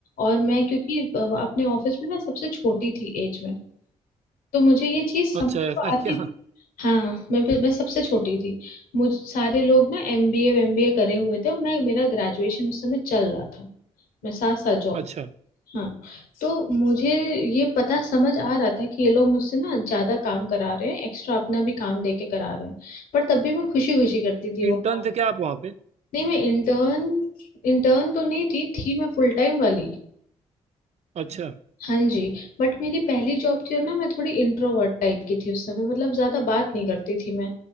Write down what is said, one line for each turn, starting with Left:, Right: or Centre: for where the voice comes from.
Left: और मैं क्योंकि अ, अपने ऑफिस में ना सबसे छोटी थी एज में तो मुझे ये चीज समझ
Right: अच्छा
Left: तो
Right: ऐसा <laughs>
Left: आती
Right: क्या
Left: थी हाँ मैं मैं सबसे छोटी थी मुझ सारे लोग ना एमबीए एमबीए करे हुए थे और मैं मेरा ग्रेजुएशन उस समय चल रहा था मसासा जॉब
Right: अच्छा
Left: हाँ तो मुझे ये पता समझ आ रहा था कि ये लोग मुझसे ना ज्यादा काम करा रहे हैं एक्स्ट्रा अपना भी काम दे के करा रहे हैं पर तब भी मैं खुशी खुशी करती थी वो
Right: इंटर्न
Left: काम
Right: थे क्या आप वहाँ पे
Left: नहीं मैं इंटर्न इंटर्न तो नहीं थी थी मैं फुल टाइम वाली
Right: अच्छा
Left: हाँ जी बट मेरी पहली जॉब थी और ना मैं थोड़ी इंट्रोवर्ट टाइप की थी उस समय मतलब ज्यादा बात नहीं करती थी मैं